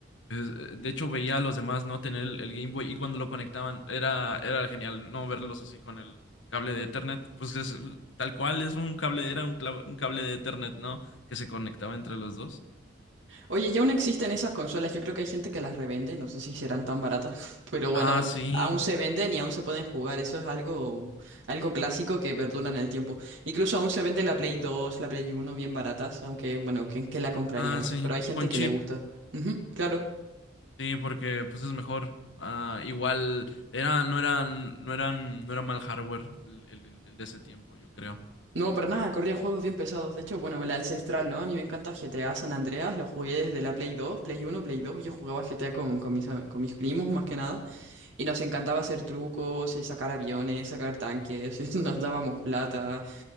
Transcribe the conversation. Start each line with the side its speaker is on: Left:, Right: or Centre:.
Left: Es- eh, de hecho, veía a los demás no tener el, el Game Boy y cuando lo conectaban era, era genial no verlos así con el cable de Ethernet. Pues es eh, tal cual, es un cable, era un, clav- un cable de Ethernet, ¿no? Que se conectaba entre los dos.
Right: Oye, ya aún existen esas consolas, yo creo que hay gente que las revende, no sé si serán tan baratas, <laughs> pero bueno,
Left: Ah, sí.
Right: aún se venden y aún se pueden jugar, eso es algo, algo clásico que perdura en el tiempo. Incluso aún se vende la Play 2, la Play uno, bien baratas, aunque bueno, ¿quién, quién la compraría,
Left: Ah,
Right: no?
Left: sí.
Right: Pero hay gente
Left: Con
Right: que
Left: chip.
Right: le gusta. Ujú, claro.
Left: Sí, porque pues es mejor. Ah, igual era, no eran, no eran, no era mal hardware el, el el de ese tiempo, yo creo.
Right: No, para nada, corrían juegos bien pesados. De hecho, bueno, la ancestral, ¿no? A mí me encanta GTA San Andreas, lo jugué desde la Play 2, Play uno, Play 2. yo jugaba GTA con, con mis, am- con mis primos más que nada. Y nos encantaba hacer trucos, y sacar aviones, sacar tanques, <laughs> y nos dábamos plata.